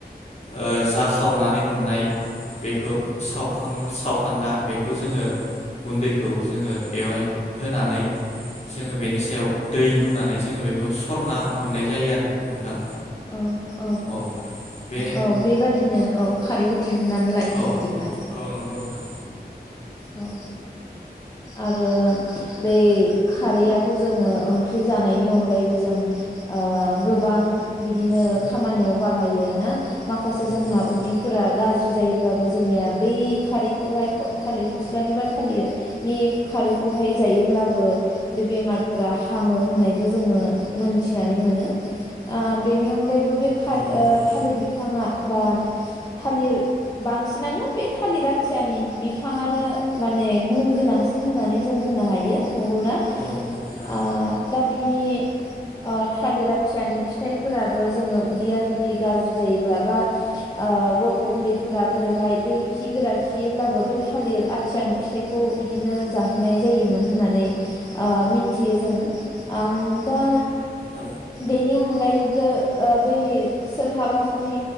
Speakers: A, on the left (about 40°); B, on the left (about 25°).
A: ओ जा खावनानै मोननाय बेखौ सावखां सावखान्दा बेखौ जोङो गुन्दैखौ जोङो बेवहाय होनानै जोङो बेनि सायाव दै लुनानै जोङो बेखौ सरना मोननाय जायो आरो नोंथां।
B: औ अ
A: औ बे
B: औ बेबादिनो औ- खारैखौ दिहुननानै लायो
A: औ
B: बिदिब्ला।
A: औ नंगौ नोंथां
B: औ आरो बै खारैआथ जोंङो ओंख्रि जानायनि अनगायैबो जों ओ गोबां बिदिनो
A: औ
B: खामानियाव बाहायो ना। माखासे
A: औ नंगौ
B: जोंहा
A: नोंथां
B: उदैफोरा गाज्रि, बिदि जायोब्लाबो जोंनिया बे खारैखौहाय थालिर फस्लानि बा थालिरनि खारैखौहाय जायोब्लाबो बे बेमारफोरा हामो होननायबो जोंङो मोनथिनानै मोनो ओ बेनि अनगायैबो बे खारै
A: औ नंगौ नोंथां
B: ओ थालिर बिफाङा बा थालिर बांसिनानो बे थालिर आथियानि बिफाङानो माने गुन गोनांसिन होननानै जों बुंनो हायो। नंगौना
A: औ नंगौ नोंथां
B: आ दा बिनि ओ थालिर आथियानि फिथाइफोराबो जोङो उदैया जुदि गाज्रि जायोब्ला बा ओ गथ' उन्दैफोरा गोदोहाय बे खि गोरा खियोब्लाबो बै थालिर आथियानि फिथाइखौ बिदिनो जाहोनाय जायोमोन होननानै ओ मिन्थियो जों ओम दा
A: औ
B: बेनि अन गायोब्ला ओ बै सोरहाबा जुदि